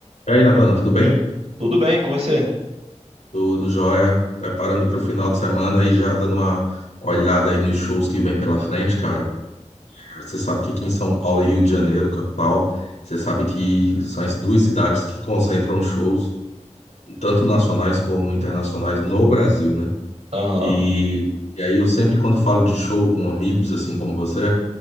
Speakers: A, on the left; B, on the right.
A: E aí, Nathan, tudo bem?
B: Tudo bem com você?
A: Tudo jóia. Preparando para o final de semana e já dando uma olhada aí nos shows que vem pela frente, cara. Você sabe que aqui em São Paulo e Rio de Janeiro, capital, você sabe que são as duas cidades que concentram shows, tanto nacionais como internacionais, no Brasil, né?
B: Aham,
A: E, e aí eu sempre, quando falo de show com amigos, assim como você,